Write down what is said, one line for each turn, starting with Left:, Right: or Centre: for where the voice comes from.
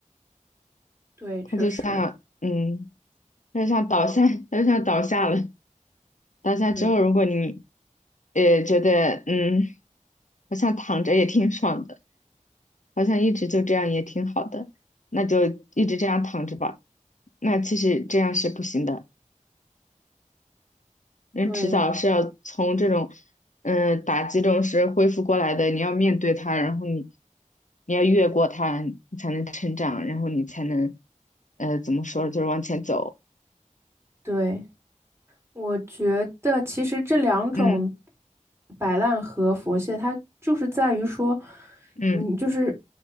Right: 对，确实，
Left: 他就像，嗯，他就像倒下，<laughs> 他就像倒下了。倒下之后，
Right: 对
Left: 如果你，呃，觉得，嗯，好像躺着也挺爽的，好像一直就这样也挺好的，那就一直这样躺着吧。那其实这样是不行的。人迟早是要从这种
Right: 对
Left: 嗯打击中是恢复过来的，你要面对它，然后你你要越过它，你才能成长，然后你才能呃怎么说，就是往前走。
Right: 对，我觉得其实这两种
Left: 嗯
Right: 摆烂和佛系，它就是在于说，
Left: 嗯
Right: 嗯，就是